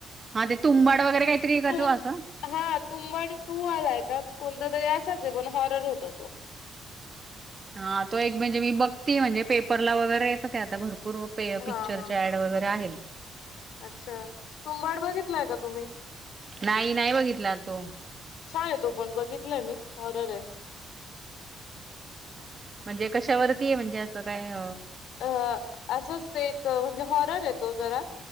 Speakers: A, on the right; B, on the left.
A: हा ते तुंबाड वगैरे काहीतरी आहे का
B: तु
A: तो असं
B: हा तुंबड टू आलाय का कोणता असशाच पण हॉरर होता तो
A: हा तो एक म्हणजे मी बघतीये म्हणजे पेपरला वगैरे येतं ते आता भरपूर पूर्व पे
B: हा
A: पिक्चरच्या
B: हा
A: ऍड वगैरे आहे
B: अच्छा तुंबाड बघितलाय का तुम्ही?
A: नाही नाही बघितला तो
B: छान आहे तो पण बघितलाय मी हॉरर आहे
A: म्हणजे कशावरती म्हणजे असं काय-
B: अ असंच ते एक म्हणजे हॉरर येतो जरा